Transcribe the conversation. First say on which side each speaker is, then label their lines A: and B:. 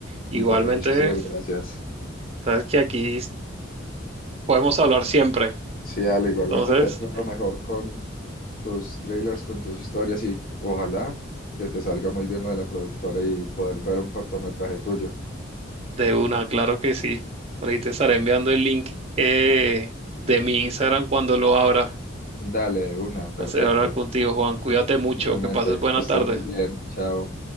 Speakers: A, on the right (about 30°); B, on the left (about 45°).
A: Igualmente,
B: Dale, muchísimas gracias.
A: sabes que aquí podemos hablar siempre.
B: Sí, Ale, igualmente
A: Entonces,
B: te deseo lo mejor con tus thrillers, con tus historias y ojalá que te salga muy bien lo de la productora y poder ver un cortometraje tuyo.
A: de una, claro que sí. Por ahí te estaré enviando el link eh, de mi Instagram cuando lo abra.
B: Dale, de una, perfecto.
A: Hacer hablar contigo, Juan. Cuídate mucho,
B: Igualmente,
A: que pases buena
B: que estés
A: tarde.
B: muy bien. Chao.